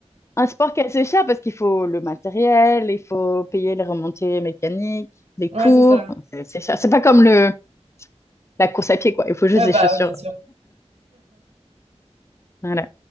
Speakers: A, on the left; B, on the right.
A: un sport qui est assez cher parce qu'il faut le matériel, il faut payer les remontées mécaniques,
B: <laughs>
A: les cours.
B: Ouais, c'est ça.
A: C'est c'est cher. C'est pas comme le, la course à pied, quoi. Il faut juste
B: Ouais,
A: des
B: bah,
A: chaussures.
B: ouais, bien sûr.
A: Voilà.